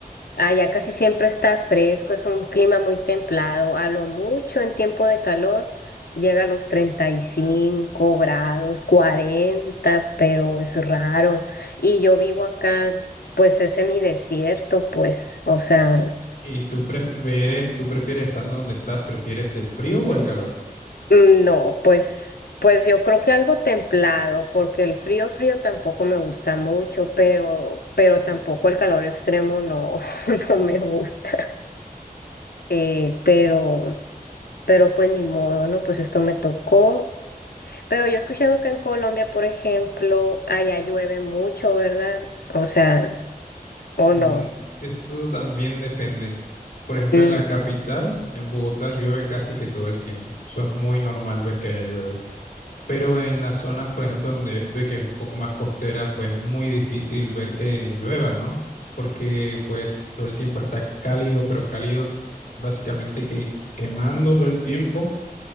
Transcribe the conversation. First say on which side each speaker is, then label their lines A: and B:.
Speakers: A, on the left (about 85°); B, on the left (about 65°).
A: allá casi siempre está fresco, es un clima muy templado, a lo mucho en tiempo de calor llega a los 35 grados, 40, pero es raro. Y yo vivo acá, pues es semidesierto, pues, o sea,
B: ¿Y tú prefieres, tú prefieres estando donde estás, prefieres el frío o el calor?
A: Mm, No, pues, pues yo creo que algo templado, porque el frío frío tampoco me gusta mucho, pero, pero tampoco el calor extremo no, <laughs> no me gusta. Eh, pero, pero pues ni modo, ¿no? Pues esto me tocó. Pero yo he escuchado que en Colombia, por ejemplo, allá llueve mucho, ¿verdad? O sea, o
B: Mm,
A: no.
B: Eso también depende. Por ejemplo,
A: Mm,
B: en la capital, en Bogotá, llueve casi que todo el tiempo. Eso es muy normal ver que haya llueve. Pero en las zonas, por ejemplo, donde yo estoy, que es un poco más costera, pues muy difícil ver que llueva, ¿no? Porque pues todo el tiempo está cálido, pero cálido básicamente que quemando todo el tiempo.